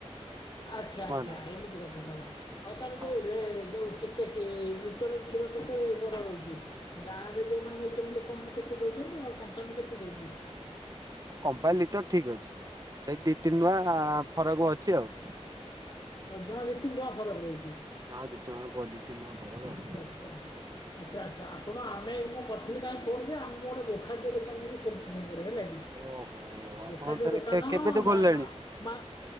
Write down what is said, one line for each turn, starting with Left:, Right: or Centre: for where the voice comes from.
Left: ଆଚ୍ଛା ଆଚ୍ଛା
Right: ନାହିଁ।
Left: ଏମିତି କଥା ତାହେଲେ। ଆଉ ତାର
Right: ହଁ
Left: ଯୋଉ ରେ ଯୋଉ କେତେ ଲିଟର କ୍ଷୀର କେତେ ଦର ରହୁଚି। ଗାଁ ରେ ଯୋଉମାନେ ନଉଛନ୍ତି ଲୋକମାନେ କେତେ ଦଉଚନ୍ତି ଆଉ କମ୍ପାନୀ କେତେ ଦଉଚି?
Right: କମ୍ପାନୀ ଲିଟର ଠିକ୍ ଅଛି ସେଇ ଦି ତିନି ଟଙ୍କା ଫରକ ଅଛି ଆଉ।
Left: ବଜାରରେ ତିନି ଟଙ୍କା ଫରକ ରଉଛି।
Right: ହଁ ଦିଟଙ୍କା ବଢି ତିନି ଟଙ୍କା। ଫରକ
Left: ଆଚ୍ଛା
Right: ଆଉ।
Left: ଆଚ୍ଛା। ଆଚ୍ଛା ଆ ଶୁଣ ଆମେ ମୁଁ କରିଥିଲି କାହିଁ ଫୋନ କି ଆମକୁ ଗୋଟେ ଗୋଖାଦ୍ୟ ଦୋକାନକୁ ଖୋଲିଛି ଛକରେହେଲେ
Right: ଓହୋ ଆପଣ
Left: ଗୋଖାଦ୍ୟ
Right: ତାହେଲେ
Left: ଦୋକାନ
Right: କେ କେବେଠୁ
Left: ମା
Right: ଖୋଲିଲେଣି
Left: ମା ମା